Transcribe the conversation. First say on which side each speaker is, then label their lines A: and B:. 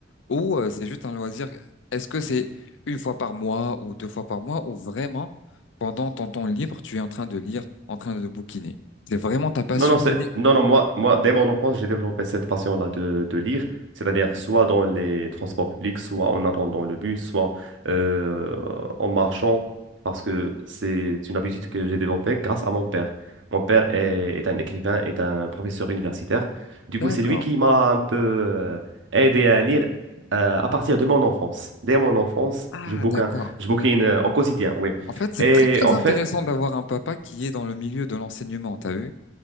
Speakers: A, on the left; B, on the right.
A: ou euh, c'est juste un loisir? Est-ce que c'est une fois par mois ou deux fois par mois ou vraiment, pendant ton temps libre, tu es en train de lire, en train de bouquiner? C'est vraiment ta passion
B: Non, non, c'est...
A: de lire?
B: non, non, moi, moi, dès mon enfance, j'ai développé cette passion-là de, de lire, c'est-à-dire soit dans les transports publics, soit en attendant le bus, soit euh, en marchant, parce que c'est une habitude que j'ai développée grâce à mon père. Mon père est, est un écrivain, est un professeur universitaire. Du
A: D'accord.
B: coup, c'est lui qui m'a un peu euh, aidé à lire euh, à partir de mon enfance. Dès mon enfance,
A: Ah,
B: je bouquin,
A: d'accord.
B: je bouquine euh, au quotidien, oui.
A: En fait, c'est
B: Et
A: très, très
B: en
A: intéressant
B: fait,
A: d'avoir un papa qui est dans le milieu de l'enseignement, t'as vu?